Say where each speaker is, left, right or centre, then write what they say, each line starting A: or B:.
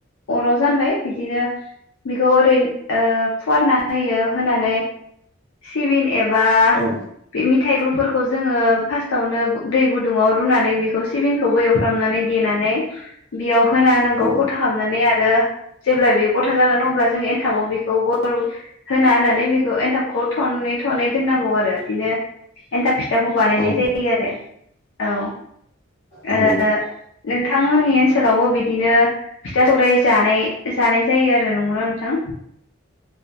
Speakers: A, on the left (about 70°); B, on the left (about 35°).
A: अराव जानबाय बिदिनो बेखौ ओरै ओ फुवारना होयो होनानै सिबिन एबा
B: औ
A: बे मिथाइग्रुफोरखौ जोङो फासथावनो दै गुदुङाव रुनानै बेखौ सिबिनखौबो एवफ्रामनानै देनानै बेयाव होना होनांगौ
B: औ
A: गथा खालामनानै आरो जेब्ला बे गथा जागोन अब्ला जोंङो एनथाबाव बेखौ गल होना होननानै बेखौ एनथाबखौ थनै थनै दोननांगौ आरो बिदिनो एन्थाब फिथाखौ बानायनाय
B: औ
A: जायो आरो औ
B: नंगौ
A: ओ नोंथांमोननि ओनसोलावबो बिदिनो फिथा सौराइ जानाय जानाय जायो आरो नंगौना नोंथां